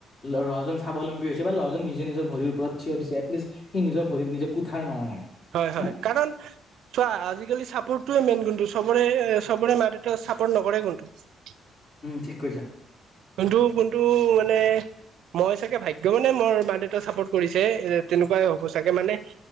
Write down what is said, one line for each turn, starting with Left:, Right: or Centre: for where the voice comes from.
Left: লৰাজন স্বাৱলম্বী হৈছে, বা ল'ৰাজন নিজে নিজৰ। ভৰিৰ ওপৰত থিয় দিছে এটলিষ্ট সি নিজৰ ভৰিত নিজে কোঠাৰ মাৰা নাই।
Right: হয়, হয়,
Left: হে
Right: কাৰণ? চোৱা আজিকালি চাপোৰ্টোৱে মেইন কোনটো চবৰে চবৰে মা দে চাপৰ্ট নকৰে কন্তটো।
Left: ঠিক কৈছা।
Right: কোনটো কোনটো মানে? মই চাগে, ভাগ্য মানে মোৰ মা দেউতাক চাপোৰ্ট কৰিছে এ তেনেকুৱাই হ'ব চাগে মানে।